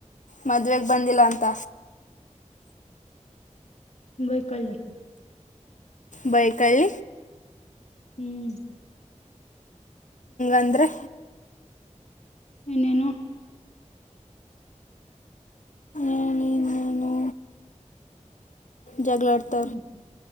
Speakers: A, on the left (about 75°); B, on the left (about 60°).
A: ಮದ್ವೆೆಗೆ ಬಂದಿಲ್ಲ ಅಂತ
B: ವೈಕಾಲ
A: ಬೈಕಲ್
B: ಹ್ಮ್
A: ಅಂದ್ರೆ
B: ಇನ್ನೇನು
A: ಏನಿನ್ನೇನು ಜಗಳಲಡ್ತ
B: ಹ್ಮ್